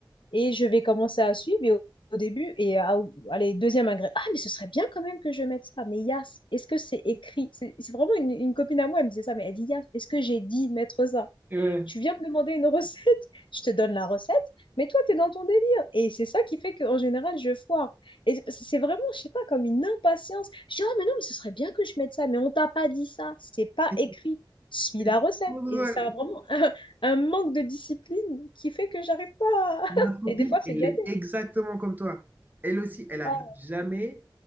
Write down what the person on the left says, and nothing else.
Et je vais commencer à suivre et au, au début, et à- allez, deuxième ingrédient. Ah, mais ce serait bien quand même que je mette ça. Mais Yas, est-ce que c'est écrit? C'est c'est vraiment une, une copine à moi, elle me disait ça, mais elle dit Yas, est-ce que j'ai dit de mettre ça?
tu viens me demander une recette, <laughs> je te donne la recette, mais toi, tu es dans ton délire. Et c'est ça qui fait qu'en général, je foire. Et c'est vraiment, je sais pas, comme une impatience. Je dis, ah, mais non, mais ce serait bien que je mette ça, mais on t'a pas dit ça, c'est pas
écrit, suis
la recette.
Et ça a vraiment <laughs> un, un manque de discipline qui fait que j'arrive pas. À... <laughs>
Et des fois, c'est
gâté.
Ah,